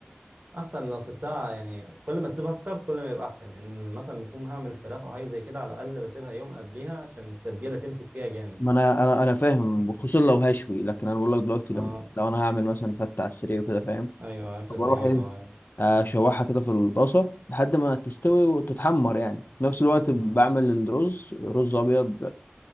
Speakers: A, on the right; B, on the left.
A: احسن لو سبتها يعني كل ما تسيبها اكتر كل ما يبقى احسن يعني مثلا بكون هعمل فراخ او حاجة زي كده على الاقل بسيبها يوم قبليها عشان التتبيلة تمسك فيها جامد
B: ما انا انا انا فاهم خصوصا لو هشوي لكن انا بقول لك دلوقتي لو,
A: اه
B: لو انا هعمل مثلا فته على السريع وكده فاهم
A: ايوه اكل
B: بروح
A: سريع
B: ايه
A: لو
B: اشوحها كده في الطاسه لحد ما تستوي وتتحمر يعني في نفس الوقت
A: تمام
B: بعمل الرز رز ابيض